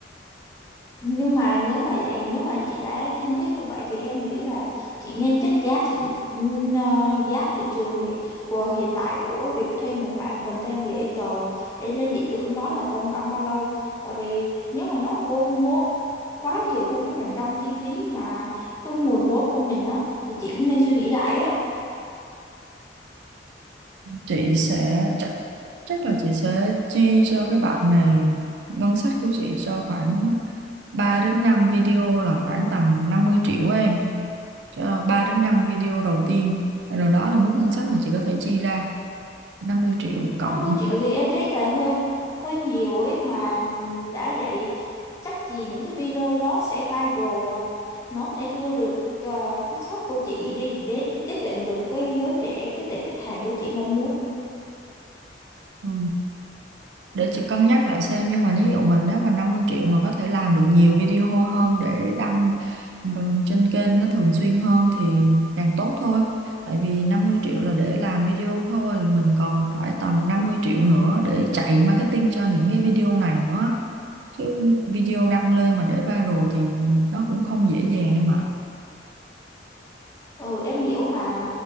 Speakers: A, on the left; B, on the right.
A: nhưng mà nếu mà vậy nếu mà chị đã tiên quyết như vậy thì em nghĩ là chị nên check giá thử ừm, ờ, giá thị trường thì của hiện tại của việc thuê một bạn content creator để lên ý tưởng đó là trong khoảng bao lâu tại vì nếu mà nó ngốn ngốn quá nhiều trong cái phần trăm chi phí mà cái nguồn vốn của mình á thì chị cũng nên suy nghĩ lại á
B: chị sẽ chắc, chắc là chị sẽ chi cho cái bạn này ngân sách của chị cho khoảng 3 đến 5 video là khoảng tầm 50 triệu á em uh, ba đến năm video đầu tiên rồi đó là mức ngân sách mà chị có thể chi ra 50 triệu cộng
A: năm mươi triệu thì em thấy là hơi hơi nhiều ấy mà đã vậy chắc gì những cái video đó sẽ viral và nó sẽ đưa được ờ, cái shop của chị đi đến tiếp cận được cái giới trẻ cái tệp khách hàng của chị mong muốn
B: ừ. để chị cân nhắc lại xem nhưng mà ví dụ mà nếu mà 50 triệu mà có thể làm được nhiều video hô hơn để đăng bằng- trên kênh nó thường xuyên hơn thì càng tốt thôi tại vì 50 triệu là để làm video thôi mình còn phải tầm 50 triệu nữa để chạy marketing cho những cái video này nữa chứ video đăng lên mà để viral thì nó cũng không dễ dàng em ạ
A: ừ em hiểu mà